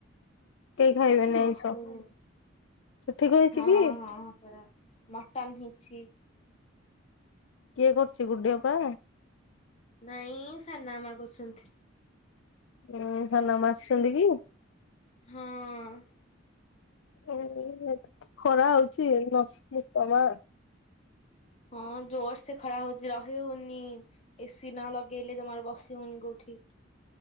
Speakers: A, on the left (about 70°); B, on the left (about 35°).
A: କେହି ଖାଇବେନି
B: ଓହୋ,
A: ଆଇଁଷ।
B: ହଁ,
A: ସେଠି କହିଛି
B: ହଁ
A: କି
B: ପରା। ମଟନ୍ ହେଇଛି।
A: କିଏ କରୁଛି, ଗୁଡି ଅପା?
B: ନାଇଁ ସାନା ଆମା କରୁଛନ୍ତି।
A: ଉଁ ସାନ ମା ଆସିଛନ୍ତି କି?
B: ହଁ।
A: ହୁଁ ଖରା ହଉଛି ଏଇଟି ବସିଛି ପରା।
B: ହଁ, ଜୋରସେ ଖରା ହଉଛି, ରହି ହଉନି ଏସିି ନ ଲଗ ଗେଲେ ଜମର ବସି ହଉନି କୋଉଠି।